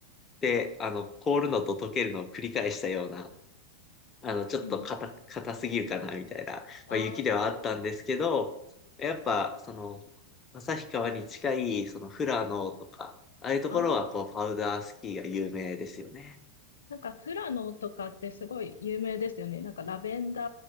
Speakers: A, on the left; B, on the left.
A: て、あの、凍るのと溶けるのを繰り返したような、あの、ちょっと硬、
B: うん。
A: 硬すぎるかな、みたいな、
B: あ
A: まあ、雪ではあったんですけど、やっぱ、その、旭川に近い、その、富良野とか、ああいうところは、
B: あ、ああ。
A: こう、パウダースキーが有名ですよね。
B: なんか富良野とかってすごい有名ですよね。なんかラベンダ